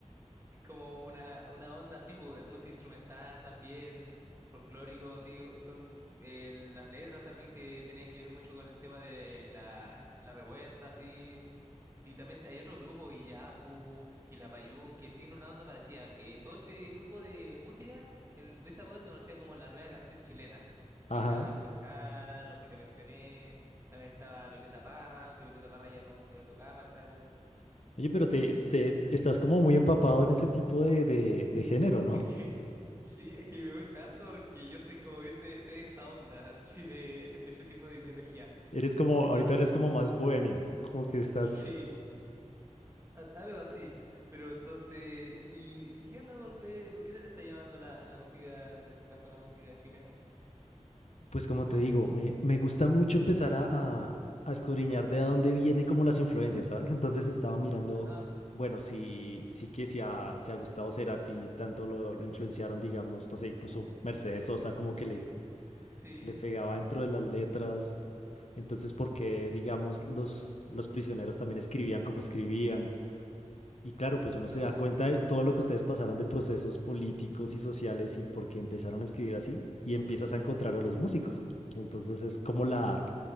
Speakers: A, on the right; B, on the left.
A: es como una, una onda así, pu, multiinstrumental también, folclórico, así, son eh, las letras también que tenían que ver mucho con el tema de la, la revuelta, así, Y también hay otros grupos, Illapu, Quilapayún, que siguen una onda parecida, que todo ese grupo de música en, de esa época se conocía como la nueva canción chilena.
B: ajá.
A: Ahí estaba Víctor Jara, los que te mencioné, también estaba Violeta Parra, aunque Violeta Parra ya no, ya no tocaba para esa época.
B: Oye, pero
A: Y
B: te, te estás como muy empapado en ese tipo de, de, de género, ¿no?
A: <laughs> es que, sí, es que me gusta harto porque yo soy como bien de, de esa onda, <laughs> así de, de ese tipo de ideología.
B: Eres como,
A: Así
B: ahorita
A: que,
B: eres como más bohemio, como que estás
A: <laughs> sí. a- algo así. Pero entonces, ¿y, y qué onda? ¿Por qué, por qué te está llamando la, la música, la- tanto la música chilena?
B: Pues como te digo, me, me gusta mucho empezar a, a, a escudriñar de a dónde vienen como las influencias, ¿sabes? Entonces estaba mirando,
A: Ajá,
B: bueno, sí, sí que si a, si a Gustavo Cerati tanto lo, lo influenciaron, digamos, no sé, incluso Mercedes Sosa como que le,
A: sí,
B: le pegaba
A: sí, sí.
B: dentro de las letras. Entonces, ¿por qué, digamos, los, los prisioneros también escribían como escribían? Y claro, pues uno se
A: Ajá.
B: da cuenta de todo lo que ustedes pasaron de procesos políticos y sociales y por qué empezaron a escribir así y empiezas a encontrar a los músicos. Entonces es como la,